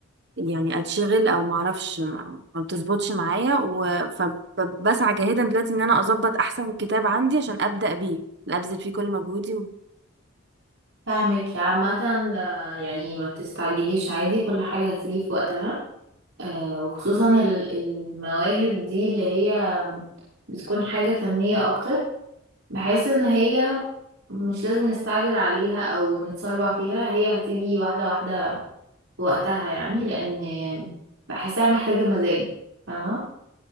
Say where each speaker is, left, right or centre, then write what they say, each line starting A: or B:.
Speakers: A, on the right; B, on the right.
A: يعني اتشغل او ما اعرفش ما ما بتظبطش معايا و- فبسعى جاهدا دلوقتي ان انا اظبط احسن كتاب عندي عشان ابدا بيه لا ابذل فيه كل مجهودي و...
B: فاهمك عامه آه، يعني ما تستعجليش عادي كل حاجه هتيجي في وقتها آه، وخصوصا ال- المواهب دي اللي هي بتكون حاجة فنية أكتر بحس ان هي مش لازم نستعجل عليها او نتسربع فيها هي هتيجي واحدة واحدة في وقتها يعني لان بحسها محتاجة مزاج فاهمة